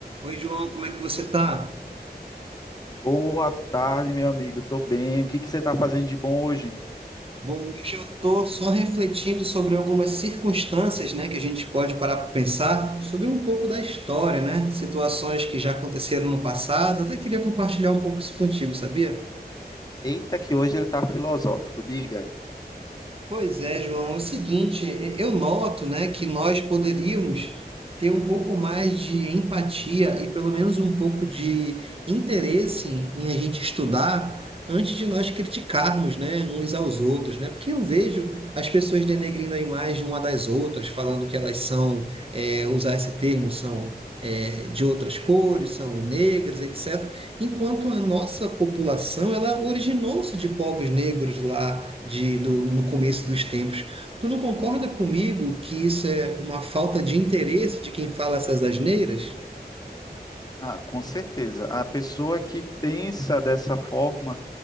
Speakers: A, on the right (about 35°); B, on the left (about 25°).
A: Oi, João, como é que você tá?
B: Boa tarde, meu amigo. Tô bem. O que que você tá fazendo de bom hoje?
A: Bom, hoje eu tô só refletindo sobre algumas circunstâncias, né, que a gente pode parar para pensar sobre um pouco da história, né? Situações que já aconteceram no passado. Até queria compartilhar um pouco isso contigo, sabia?
B: Eita, que hoje ele tá filosófico. Diga.
A: Pois é, João. É o seguinte, e- eu noto, né, que nós poderíamos ter um pouco mais de empatia e pelo menos um pouco de interesse em a gente estudar antes de nós criticarmos, né, uns aos outros, né? Porque eu vejo as pessoas denegrindo a imagem uma das outras, falando que elas são, é, usar esse termo, são é, de outras cores, são negras, etc. Enquanto a nossa população, ela originou-se de povos negros lá de, do, no começo dos tempos. Tu não concorda comigo que isso é uma falta de interesse de quem fala essas asneiras?
B: Ah, com certeza. A pessoa que pensa dessa forma